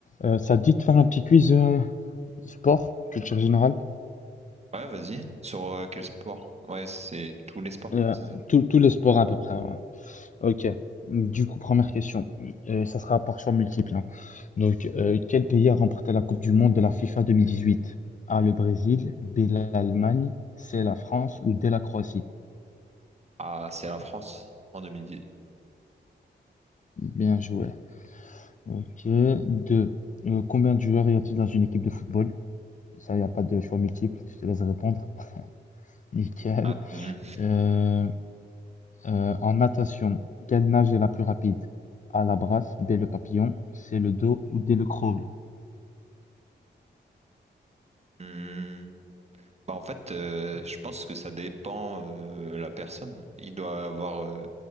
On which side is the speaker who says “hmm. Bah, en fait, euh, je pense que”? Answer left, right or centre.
Right